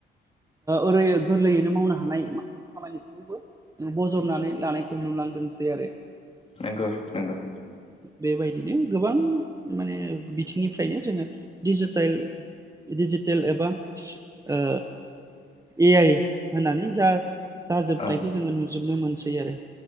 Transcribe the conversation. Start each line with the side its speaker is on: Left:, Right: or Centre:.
Right: ओरै गोरलैयैनो मावनो हानाय माखासे खामानिखौबो बजबनानै लानायखौ नुलांदोंसै आरो
Left: नंगौ नंगौ
Right: बेबायदिनो गोबां माने बिथिंनिफ्रायनो जोङो डिजिटेल दिडिजिटेल एबा ओ ए आइ होननानै जा जाजोबनायखौ
Left: औ
Right: जोङो नुजोबनो मोनसै आरो